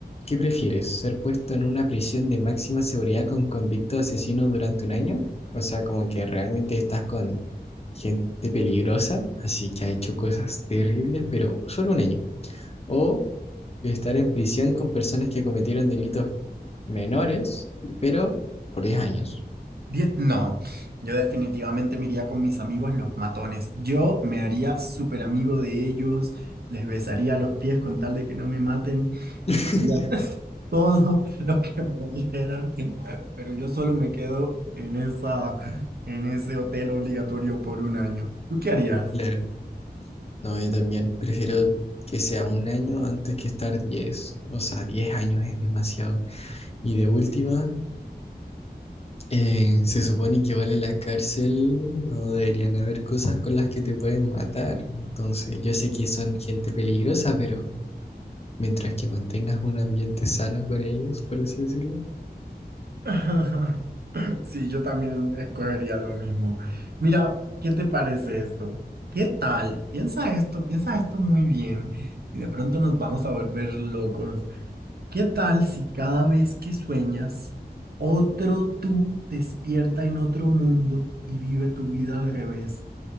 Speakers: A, on the left; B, on the right.
A: ¿qué prefieres? ¿Ser puesto en una prisión de máxima seguridad con convicto de asesino durante un año? O sea, como que realmente estás con gente peligrosa, así que ha hecho cosas terribles, pero solo un año. O estar en prisión con personas que cometieron delitos menores, pero por 10 años.
B: Die- no, yo definitivamente me iría con mis amigos los matones. Yo me haría súper amigo de ellos, les besaría los pies con tal de que no me maten,
A: <laughs>
B: haría <laughs> todo lo que me dijeran, pero yo solo me quedo en esa, en ese hotel obligatorio por un año. ¿Tú qué harías?
A: Claro. No, yo también prefiero que sea un año antes que estar diez O sea, 10 años es demasiado. Y de última... Eh, se supone que vale la cárcel, no deberían haber cosas con las que te pueden matar. Entonces, yo sé que son gente peligrosa, pero mientras que mantengas un ambiente sano con ellos, por así decirlo.
B: <laughs> Sí, yo también escogería lo mismo. Mira, ¿qué te parece esto? ¿Qué tal? Piensa esto, piensa esto muy bien y de pronto nos vamos a volver locos. ¿Qué tal si cada vez que sueñas, otro tú despierta en otro mundo y vive tu vida al revés?